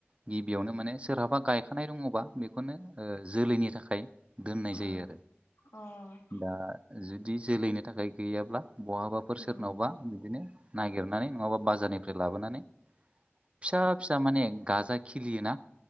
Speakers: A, on the right; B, on the left.
A: गिबियावनो माने सोरहाबा गायखानाय दङबा बेखौनो ओ जोलैनि थाखाय दोननाय
B: अ
A: जायो आरो
B: अ
A: दा जुदि जोलैनो थाखाय गैयाब्ला बहाबा
B: उम
A: सोरनावबा बिदिनो नागिरनानै नङाबा बाजारनिफ्राय लाबोनानै फिसा फि माने गाजा खिलियो ना।